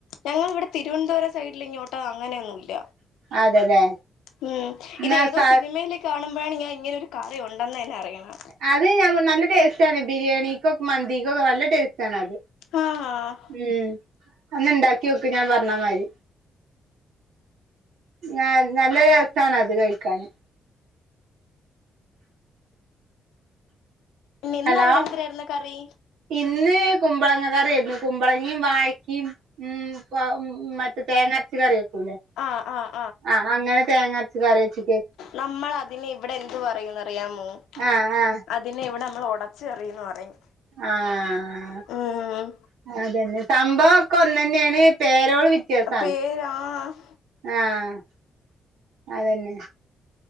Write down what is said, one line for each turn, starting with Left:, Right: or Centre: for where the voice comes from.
Left: ഞങ്ങള്വിടെ തിരുവനന്തപുരം സൈഡിലിങ്ങോട്ട് അങ്ങനെയൊന്നുല്ല
Right: അതെല്ലേ
Left: ഉം
Right: എന്നാ
Left: ഇത് ഏതോ
Right: സ
Left: സിനിമയിലേ കാണുമ്പഴാണ് ഞാൻ ഇങ്ങനെൊ ഒരു കറി ഉണ്ടെന്ന്ന്നെ അറിയണെ
Right: അത് ഞ നല്ല ടേസ്റ്റ് ആണ് ബിരിയാണിക്കൊ മന്തിക്കൊക്കെ നല്ല ടേസ്റ്റ്ണ് അത്
Left: ആഹ് അഹ്
Right: ഉം അന്ന് ഇണ്ടാക്കി നോക് ഞാൻ പറഞ്ഞാമാരി നാ നല്ല രസാണ് അത് കഴിക്കാന്
Left: നിന്ന
Right: ഹലോ
Left: അവിടെ എന്തിരായിരുന്നു കറി
Right: ഇന്ന് കുമ്പളങ്ങക്കറിയായിരുന്നു കുമ്പളങ്ങയും വായക്കയും ഉം വ മറ്റെ തേങ്ങര്ച്ച കറി വെക്കുല്ലേ
Left: ആഹ് ആഹ്
Right: ആഹ് അങ്ങനെ തേങ്ങര്ച് കറിച്
Left: നമ്മൾ അതിന് ഇവിടെ എന്ത് പറയന്ന്റിയാമോ
Right: ആഹ് ആഹ്
Left: അ തിന് ഇവിടെ നമ്മൾ ഉടച് കറിയന്ന് പറയും
Right: ആഹ്
Left: ഉം
Right: അതന്നെ സംഭവം ഒക്കെ ഒന്നന്നെണ് പേരോള് വ്യത്യാസ
Left: പേ ആഹ് ആഹ്
Right: ആഹ് അതന്നെ